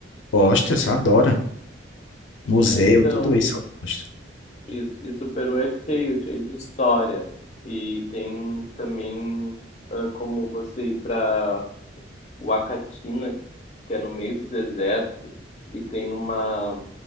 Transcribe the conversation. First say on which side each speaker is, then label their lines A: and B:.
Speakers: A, on the left (about 85°); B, on the left (about 35°).
A: Gosta, você adora. Museu,
B: É, então,
A: tudo isso
B: e,
A: eu gosto.
B: e, e o Peru é cheio, cheio de história. E tem também ah, como você ir para O Acatina que é no meio do deserto e tem uma